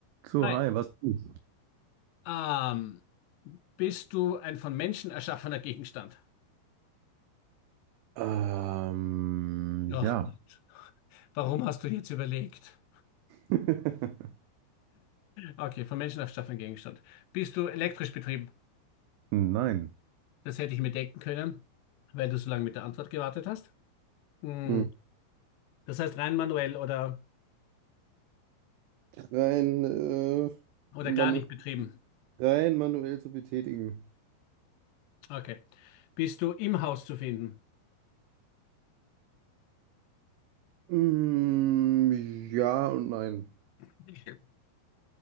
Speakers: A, on the right; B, on the left.
A: So,
B: Hi.
A: hi, was ist?
B: Ähm, bist du ein von Menschen erschaffener Gegenstand?
A: Ähm,
B: Ach
A: ja,
B: Gott. Warum hast du jetzt überlegt?
A: <laughs>
B: Okay, von Menschen erschaffener Gegenstand. Bist du elektrisch betrieben?
A: nein.
B: Das hätte ich mir denken können, weil du so lange mit der Antwort gewartet hast. Hm.
A: Hm.
B: Das heißt rein manuell oder,
A: Rein, äh,
B: oder
A: manu
B: gar nicht betrieben.
A: rein manuell zu betätigen.
B: Okay. Bist du im Haus zu finden?
A: Mm, ja und nein.
B: <laughs>